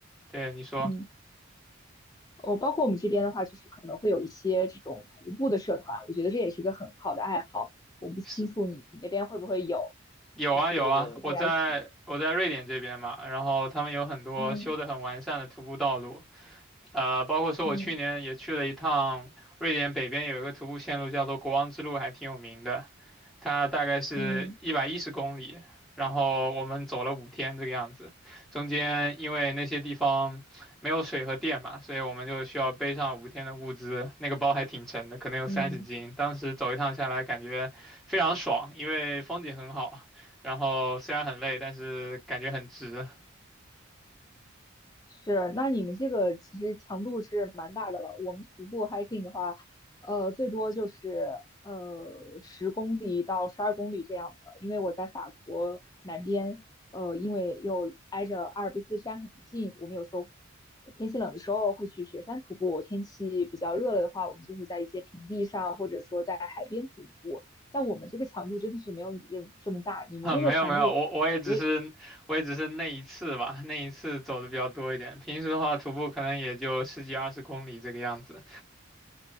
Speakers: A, in the centre; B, on the left (about 20°).
A: 对你说
B: 嗯。哦，包括我们这边的话，就是可能会有一些这种徒步的社团，我觉得这也是一个很好的爱好。我不清楚你你那边会不会有，
A: 是有啊有啊，
B: 就是大家一起，
A: 我在我在瑞典这边嘛，然后他们有很多修得很完善的徒步道路。
B: 嗯
A: 呃，包括说我去年也去了一趟瑞典北边有一个徒步线路叫做国王之路，
B: 嗯
A: 还挺有名的，它大概是一百一十公里，
B: 嗯
A: 然后我们走了五天这个样子，中间因为那些地方没有水和电嘛，所以我们就需要背上五天的物资，那个包还挺沉的，可能有三十斤，
B: 嗯。
A: 当时走一趟下来感觉非常爽，因为风景很好，然后虽然很累，但是感觉很值。
B: 是，那你们这个其实强度是蛮大的了。我们徒步 hiking 的话，呃，最多就是呃十公里到十二公里这样的。因为我在法国南边，呃，因为又挨着阿尔卑斯山很近，我们有时候呃天气冷的时候会去雪山徒步，天气比较热了的话，我们就会在一些平地上，或者说在海边徒步。但我们这个强度真的是没有你这这么大，
A: <laughs>
B: 你们这个强度。
A: 啊，没有没有，我我也只是我也只是那一次吧，
B: 感觉。
A: 那一次走的比较多一点。平时的话，徒步可能也就十几二十公里这个样子。